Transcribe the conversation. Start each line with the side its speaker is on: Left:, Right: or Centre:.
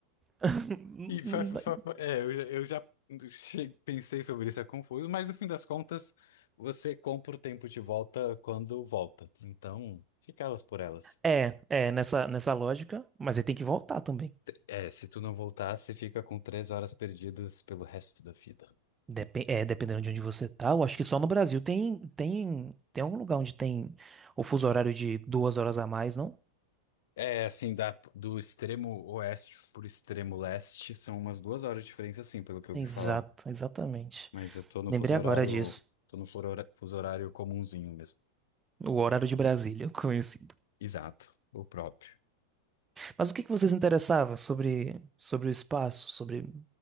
Right: <laughs>
Left: E fa- fa- fa- fa- é, eu já, eu já che- pensei sobre isso, é confuso, mas no fim das contas, você compra o tempo de volta quando volta. Então, fica elas por elas.
Right: É, é, nessa, nessa lógica, mas aí tem que voltar também.
Left: É, se tu não voltar, você fica com três horas perdidas pelo resto da vida.
Right: Depen- é, dependendo de onde você tá, eu acho que só no Brasil tem, tem, tem algum lugar onde tem o fuso horário de duas horas a mais, não?
Left: É, assim, da, do extremo oeste pro extremo leste, são umas duas horas de diferença, sim, pelo que eu
Right: Exato,
Left: ouvi falar.
Right: exatamente.
Left: Mas eu tô no
Right: Lembrei
Left: fuso horário,
Right: agora disso.
Left: tô no furo- fuso horário comumzinho mesmo.
Right: O horário de Brasília, <laughs> conhecido.
Left: Exato, o próprio.
Right: Mas o que que vocês interessavam sobre, sobre o espaço, sobre